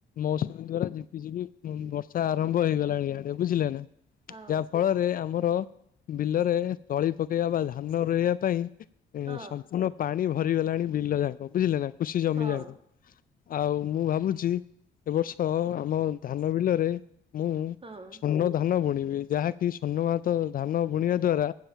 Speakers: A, on the left (about 45°); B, on the right (about 30°).
A: ମୌସୁମୀ ଦ୍ଵାରା ଝିପିଝିପି ବର୍ଷା ଆରମ୍ଭ ହେଇଗଲାଣି, ଆ ଡେ ବୁଝିଲେ ନା,
B: ହଁ
A: ଯାହା ଫଳରେ ଆମର ବିଲରେ ତଳି ପକେଇବା ବା ଧାନ ରୋଇବା ପାଇଁ ଏ
B: ହଁ
A: ସମ୍ପୂର୍ଣ୍ଣ ପାଣି ଭରିଗଲାଣି ବିଲ ଯାକ, ବୁଝିଲେ ନା, କୃଷି ଜମି
B: ହଁ
A: ଯାକ। ଆଉ, ମୁଁ ଭାବୁଛି ଏ ବର୍ଷ ଆମ ଧାନ ବିଲରେ ମୁଁ
B: ହଁ
A: ସୁନ ଧାନ ବୁଣିବି, ଯାହାକି ସୋର୍ଣ୍ଣମାତ ଧାନ ବୁଣିବା ଦ୍ଵାରା